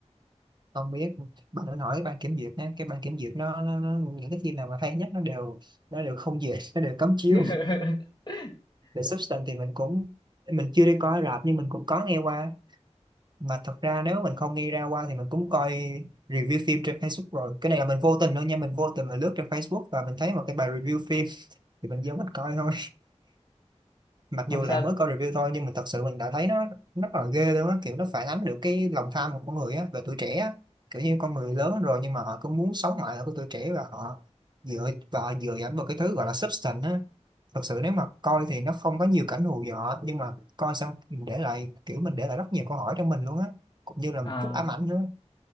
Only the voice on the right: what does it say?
không biết bà nên hỏi ban kiểm duyệt nha cái ban kiểm duyệt nó, nó, nó những cái phim nào mà hay nhất nó đều nó đều không duyệt nó đều cấm chiếu
The Substance thì mình cũng mình chưa đi coi rạp nhưng mình cũng có nghe qua mà thật ra nếu mình không nghe ra qua thì mình cũng coi review phim trên Facebook rồi cái này là mình vô tình thôi nha mình vô tình mà lướt trên Facebook và mình thấy một cái bài review phim thì mình vô mình coi thôi mặc
dù
là mới coi review thôi nhưng mà thật sự mình đã thấy nó rất là ghê luôn á kiểu nó phản ánh được cái lòng tham của con người á và tuổi trẻ á kiểu như con người lớn rồi nhưng mà họ cứ muốn sống mãi ở cái tuổi trẻ và họ dựa và họ dựa dẫm vào cái thứ gọi là substance á thật sự nếu mà coi thì nó không có nhiều cảnh hù dọa nhưng mà coi xong mình để lại kiểu mình để lại rất nhiều câu hỏi trong mình luôn á cũng như là một
chút ám ảnh nữa